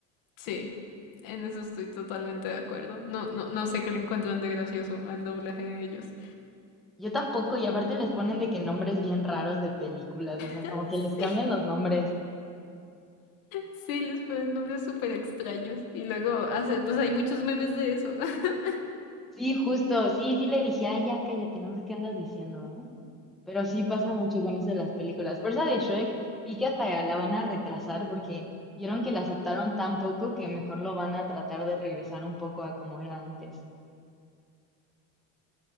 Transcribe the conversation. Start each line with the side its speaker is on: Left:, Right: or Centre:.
Left: Sí, en eso estoy totalmente de acuerdo. No, no, no sé qué le encuentran de gracioso al doblaje de ellos.
Centre: Yo tampoco, y aparte les ponen de que nombres bien raros de películas, o sea,
Left: <laughs>
Centre: como que les
Left: Sí,
Centre: cambian los nombres.
Left: sí, les ponen nombres súper extraños. Y luego hace, pues hay muchos memes de eso. <laughs>
Centre: Sí, justo, sí, sí le dije, ay, ya cállate, no sé qué andas diciendo, ¿eh? Pero sí pasa mucho con eso de las películas. Por esa de Shrek, vi que hasta la van a retrasar porque vieron que la aceptaron tan poco que mejor lo van a tratar de regresar un poco a como era antes.